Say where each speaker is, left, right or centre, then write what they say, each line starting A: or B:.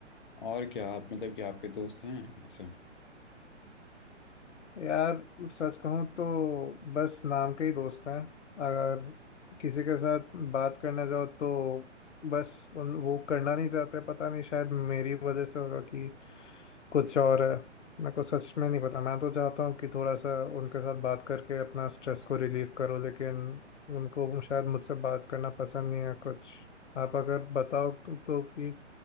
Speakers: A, on the left; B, on the left.
A: और क्या आप मतलब कि आपके दोस्त हैं ऐसे
B: यार सच कहूँ तो बस नाम के ही दोस्त हैं अगर किसी के साथ बात करने जाओ तो बस उन वो करना नहीं चाहते पता नहीं शायद मेरी वजह से होगा कि कुछ और है मेरे को सच में नहीं पता मैं तो चाहता हूँ कि थोड़ा सा उनके साथ बात करके अपना स्ट्रेस को रिलीव करो लेकिन उनको शायद मुझसे बात करना पसंद नहीं है कुछ आप अगर बताओ तो कि